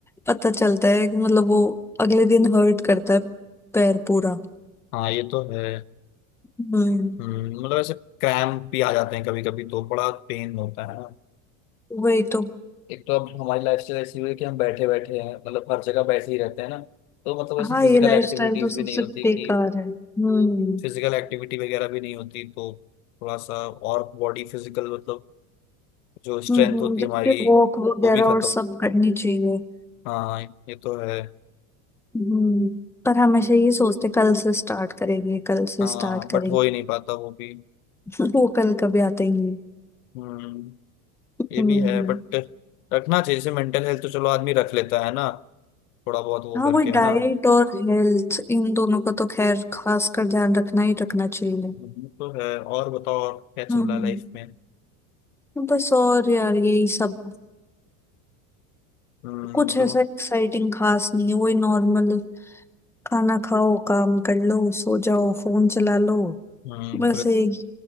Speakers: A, in the centre; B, on the left.
A: पता चलता है कि मतलब वो अगले दिन हर्ट करता है पैर पूरा
B: हाँ ये तो है
A: हम्म
B: हम्म, मतलब ऐसे क्रैम्प भी आ जाते हैं कभी कभी तो बड़ा पेन होता है ना
A: वही तो
B: एक तो अब हमारी लाइफस्टाइल ऐसी हुई है कि हम बैठे बैठे हैं मतलब हर जगह बैठे ही रहते हैं ना तो मतलब ऐसे
A: हाँ
B: फिजिकल
A: ये लाइफस्टाइल
B: एक्टिविटीज
A: तो सबसे
B: भी नहीं होती
A: बेकार
B: कि
A: है हम्म
B: फिजिकल एक्टिविटी वगैरह भी नहीं होती तो थोड़ा सा और बॉडी फिजिकल मतलब जो स्ट्रेंथ
A: हम्म
B: होती
A: जबकि
B: है हमारी
A: वॉक वगैरह
B: वो भी
A: और
B: खत्म
A: सब करनी चाहिए
B: हाँ ये तो है
A: हम्म पर हमेशा ये सोचते कल से स्टार्ट करेंगे कल से
B: हाँ
A: स्टार्ट
B: बट
A: करेंगे
B: हो ही नहीं पाता वो भी
A: <laughs> वो कल कभी आते ही नहीं
B: हम्म
A: हम्म
B: ये भी है बट रखना चाहिए जैसे मेंटल हेल्थ तो चलो आदमी रख लेता है ना थोड़ा बहुत वो
A: हाँ
B: करके
A: वो
B: है
A: डाइट
B: ना
A: और हेल्थ इन दोनों का तो खैर खास कर ध्यान रखना ही रखना चाहिए
B: हम्म, तो है और बताओ और क्या चल
A: हम्म
B: रहा है लाइफ में
A: बस और यार यही सब
B: हम्म
A: कुछ
B: तो
A: ऐसा एक्साइटिंग खास नहीं है वही नॉर्मल खाना खाओ काम कर लो सो जाओ फोन चला लो
B: हम्म
A: बस
B: तो
A: एक